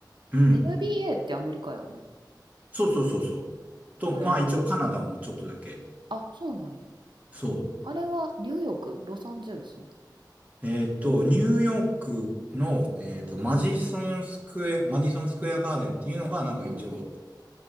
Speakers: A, on the right; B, on the right.
A: うん。
B: NBA ってアメリカやんな。
A: そうそうそうそう。と、
B: あれは、
A: まあ一応カナダもちょっとだけ。
B: あ、そうなんや。
A: そ
B: あれはニューヨークロサンゼルス
A: う。えっと、ニューヨークの、えっと、マジソンスクエア、マディソンスクエアガーデンっていうのがなんか一応、
B: うん。